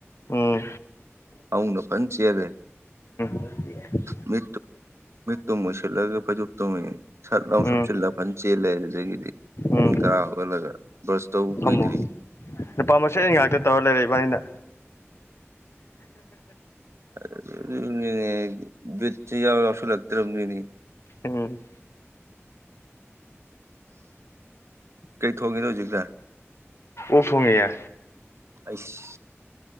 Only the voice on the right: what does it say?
ꯑꯅ ꯐꯟ ꯆꯦꯔꯦ
ꯃꯨ ꯃꯨ ꯃꯣꯏꯁꯤꯂꯒꯦ ꯐ ꯆꯞꯇꯝ ꯁꯠ ꯂ
ꯁꯨꯞ ꯆꯂ ꯐ ꯆꯦ ꯂꯩ ꯑꯗꯒꯤꯗꯤ
ꯄꯨꯡ ꯇꯔꯥ ꯍꯧꯒꯜꯂꯒ ꯕ꯭ꯔꯁ ꯇꯧꯕ
ꯀꯨꯏꯗ꯭ꯔꯤ
ꯑꯗꯨꯅꯤꯅꯦ ꯕꯤꯠꯁꯦ ꯏꯌꯥꯎ ꯌꯥꯎꯁꯤꯜꯂꯛꯇ꯭ꯔꯕꯅꯤꯅꯦ
ꯀꯩꯊꯒꯦꯅꯣ ꯍꯧꯖꯤꯛꯇ
ꯑꯁ